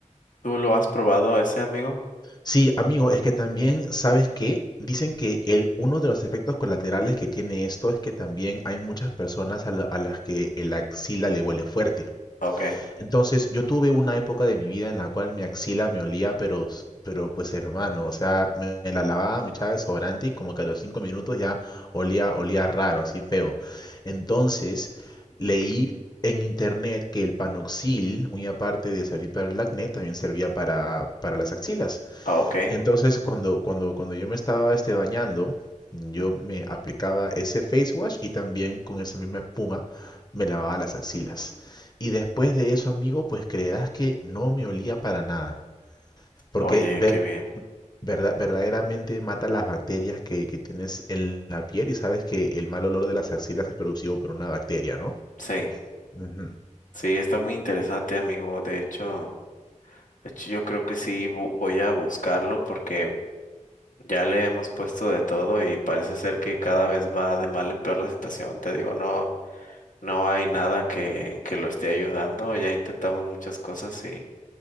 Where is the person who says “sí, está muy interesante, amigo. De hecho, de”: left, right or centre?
Left